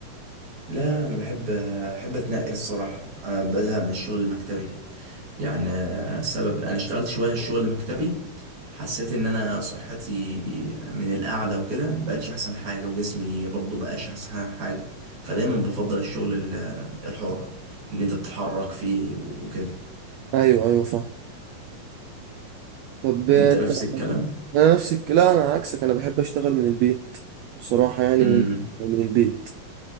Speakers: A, on the right; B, on the right.
A: لا انا بحب بحب اتنقل الصراحه انا بزهق من الشغل المكتبي يعني السبب انا اشتغلت شويه شغل مكتبي حسيت ان انا صحتي من القعده وكده مبقتش احسن حاجه وجسمي برضو مبقاش احسن حاجه فدايما بفضل الشغل ال- الحر ان انت تتحرك فيه وكده
B: ايوه ايوه فاهم طب انت
A: انت نفس الكلام
B: انا نفسك لا انا عكسك انا بحب اشتغل من البيت بصراحة يعني
A: امم
B: من من البيت